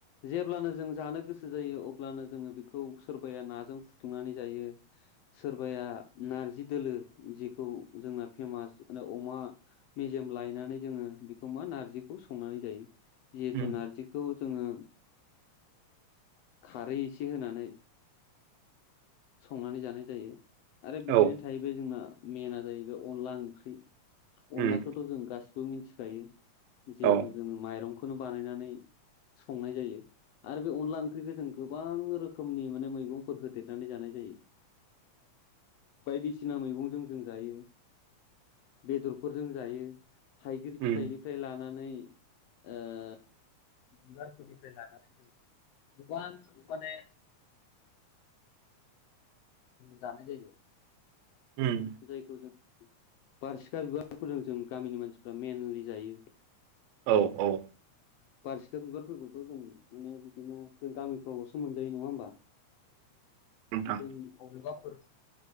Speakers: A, on the left; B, on the right.
A: जेब्लानो जों जानो गोसो जायो अब्लानो जोङो बेखौ सोरबाया नाजों फुदुंनानै जायो सोरबाया नारजि दोलो जिेखौ जोंना फेमास अमा मेजेम लायनानै जोङो बेखौ मा नारजिखौ संनानै जायो जिहेतु
B: उम
A: नारजि बेखौ जोङो खारै एसे होनानै संनानै जानाय जायो आरो बिदिनो
B: औ
A: थाहैबाय जोंना मेेनआ जाहैबाय अनला ओंख्रि
B: उम
A: अनलाखौथ' जों गासिबो मिथिखायो जिहेथु
B: औ
A: जोङो माइरंखौनो बानायनानै संनाय जायो आरो बे अनला ओंख्रिखौ जों गोबां रोखोमनि माने मैगंफोर होदेर नानै जानाय जायो बायदिसिना मैगंजों जों जायो बेदरफोरजों जायो थाइगिर
B: उम
A: फिथाइनि फ्राय लानानै बिबारफोरनिफ्राय लानानै जो भगब मान दानो जाय द
B: उम
A: जायखौ जों बारसिखा बिबारफोरजों जों गामिनि मानसिफ्रा मेनलि जायो
B: औ औ
A: बारसिखा बिबारफोरखौथ' जों माने बिदिनो जों गामिफ्रावल'सो मोन्जायो नङा होमबा
B: नोंथां
A: जोंनि अबेबाफोर